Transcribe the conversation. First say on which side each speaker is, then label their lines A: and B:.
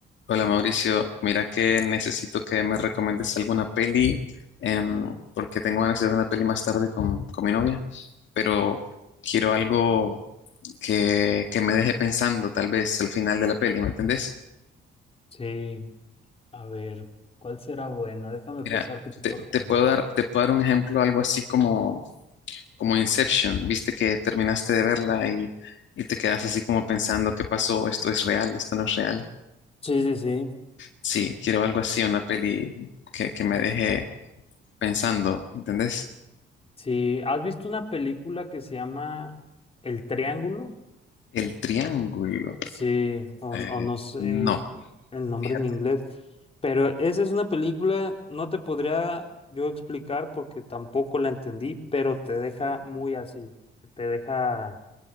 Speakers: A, on the left; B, on the left.
A: Hola Mauricio, mira que necesito que me recomiendes alguna peli em, porque tengo ganas de ver una peli más tarde con, con mi novia, pero quiero algo que, que me deje pensando tal vez al final de la peli, ¿me entendés?
B: Sí, a ver, ¿cuál será buena? Déjame
A: Mira,
B: pensar qué te puedo
A: te,
B: recomendar.
A: te puedo dar, te puedo dar un ejemplo, algo así como, como Inception, viste que terminaste de verla y, y te quedas así como pensando, ¿qué pasó? ¿Esto es real? ¿Esto no es real?
B: Sí, sí, sí.
A: Sí, quiero algo así, una peli que, que me deje pensando, ¿entendés?
B: Sí, ¿has visto una película que se llama El Triángulo?
A: El triángulo.
B: Sí, o,
A: Eh,
B: o no sé
A: no,
B: el nombre
A: fíjate,
B: en inglés, pero esa es una película, no te podría yo explicar porque tampoco la entendí, pero te deja muy así, te deja...